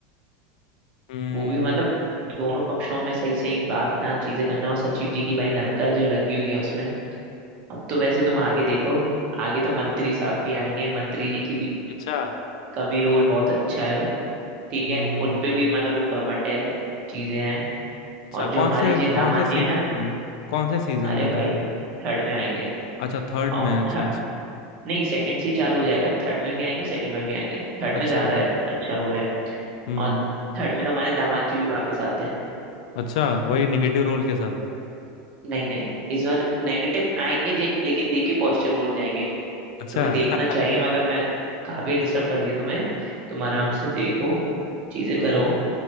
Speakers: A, on the left; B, on the right.
A: हम्म
B: वो भी मतलब दोनों पक्षों में सही सही बांटना चीजें करना और सचिव जी की भाई लंगर जो लगी हुई है उसमें अब तो वैसे तुम आगे देखो आगे तो मंत्री साहब भी आएंगे मंत्री जी की भी
A: अच्छा
B: का भी रोल बहुत अच्छा है ठीक
A: हम्म
B: है उन पे भी मतलब वो घमंड है चीजें हैं
A: अच्छा
B: और जो
A: कौन
B: हमारे
A: से
B: ये दामाद
A: कौन से सीजन
B: जी है ना
A: में कौन से सीजन
B: अरे
A: में
B: भाई
A: था वो
B: थर्ड में आएंगे
A: अच्छा थर्ड
B: और
A: में अच्छा
B: थर्ड
A: अच्छा
B: नहीं सेकंड से ही चालू हो जाएगा थर्ड में भी आएंगे और सेकंड में भी आएंगे थर्ड
A: अच्छा
B: में ज्यादा है अच्छा रोल है
A: हम्म
B: और थर्ड में तो हमारे दामाद जी भी वापस आते हैं
A: अच्छा वही निगेटिव रोल के साथ
B: नहीं नहीं इस बार नेगेटिव आएंगे जे- लेकिन देके पॉजिटिव रोल जाएंगे
A: अच्छा
B: तुम्हें देखना
A: <laughs>
B: चाहिए मतलब मैं काफी डिस्टर्ब कर दिया तुम्हें तुम आराम
A: हम्म
B: से देखो चीजें
A: हम्म
B: करो